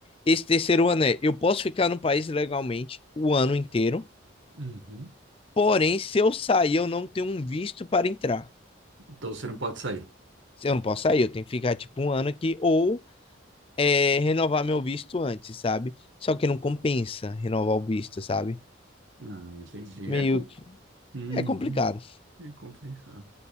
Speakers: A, on the left; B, on the right.
A: Esse terceiro ano é, eu posso ficar no país legalmente o ano inteiro,
B: Uhum.
A: porém, se eu sair, eu não tenho um visto para entrar.
B: Então você não pode sair.
A: Eu não posso sair, eu tenho que ficar tipo um ano aqui ou é, renovar meu visto antes, sabe? Só que não compensa renovar o visto, sabe?
B: Ah, entendi.
A: Meio
B: É, com...
A: que
B: Uhum.
A: é complicado.
B: É complicado.